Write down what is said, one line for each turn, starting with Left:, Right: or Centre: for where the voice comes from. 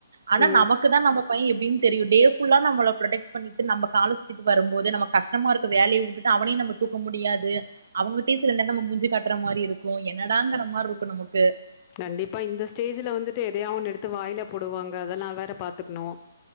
Right: ஆனா
Left: ம்.
Right: நமக்கு தா நம்ம பைய எப்டின் தெரியு டே ஃபுல்லா நம்மல ப்ரொடெக்ட் பண்ணிட்டு நம்ப கால சுத்திட்டு வரும்போது நமக்கு கஷ்டமா இருக்கு வேலையு விட்டுட்டு அவனையு நம்ம தூக்க முடியாது அவங்கிட்டயு சில நேர நம்ம மூஞ்ச காட்ற மாரி இருக்கு என்னடாங்கிற மார்ருக்கு நமக்கு
Left: கண்டிப்பா இந்த ஸ்டேஜ்ல வந்துட்டு எதையோ ஒன்னு எடுத்து வாயில போடுவாங்க அதனா வேற பாத்துக்ணு